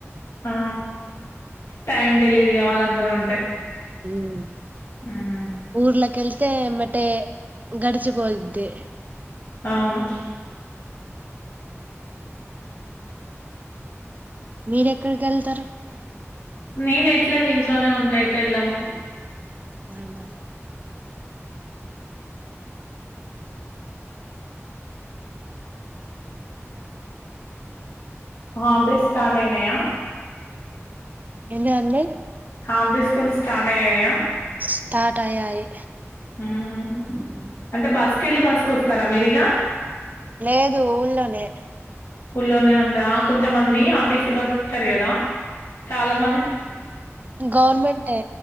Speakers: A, on the left; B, on the right.
A: ఆ టైమ్ డెలివీ వాళ్ళు అందరుూ ఉంటే
B: మ్మ్
A: హ్మ్.
B: ఊర్లక్ష కల్సే మట్టే గడచపోయిది
A: అవును
B: మీర ఎక్కడికి వెళ్తారా
A: మేం ఇట్లా ద ఇంట్లోనే ఉంటా ఎటు వెళ్ళము
B: అవునా
A: అప్పుడే స్టార్ట్ అయినాయా
B: ఎ అన్నడి
A: హాఫ్ డే స్కూల్స్ స్టార్ట్ అయ్యాయా
B: స్టార్ట్యయి
A: హ్మ్. అంటే బస్కు వెళ్ళి బసుకు వస్తారా మీరు ఇగ
B: లేదు ఊళ్ళోనే
A: ఊళ్లోనే ఉండరాా కొంతమంది ఆర్టీసీ బస్ ఎక్కుతారు కదా చాలా మంది
B: గవర్నమెంట్ ఏ